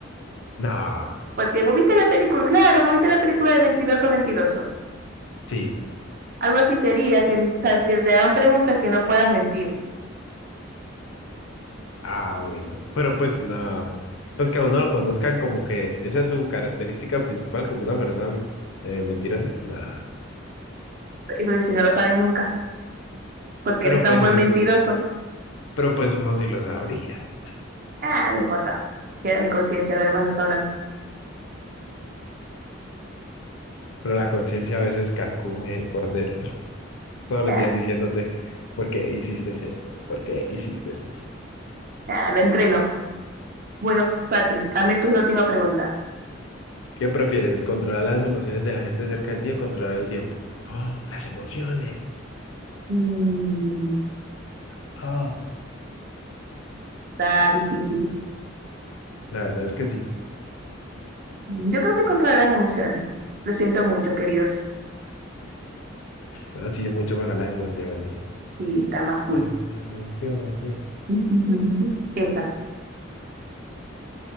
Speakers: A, on the left; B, on the right.
A: No,
B: Porque vos viste la película, claro, vos viste la película de Mentiroso, Mentiroso.
A: sí.
B: Algo así sería, que, o sea, que te hagan preguntas que no puedas mentir.
A: Ah, bueno. Pero pues nada. Pues que a uno lo conozcan como que esa es su característica principal como una persona eh, mentirosa. Nada.
B: y Pero si no lo sabes nunca, porque
A: Pero
B: eres tan
A: pues,
B: buen mentiroso.
A: pero pues uno sí lo sabría.
B: Ah, no importa. Queda mi conciencia, los demás no sabrán.
A: Pero la conciencia a veces carcome por dentro. Todos los
B: Ah,
A: días diciéndote, ¿por qué hiciste eso? ¿Por qué hiciste eso?
B: ah, la entreno. Bueno, Patrick, hazme tú la última pregunta.
A: <laughs> ¿Qué prefieres? ¿Controlar las emociones de la gente cerca de ti o controlar el tiempo? Ah, las emociones.
B: Mm,
A: Ah,
B: está difícil.
A: la verdad es que sí.
B: Yo creo que contra las emociones. Lo siento mucho, queridos.
A: Ahora sí es mucho mejor las emociones.
B: Y está más cool.
A: Las emociones.
B: <laughs> Esa.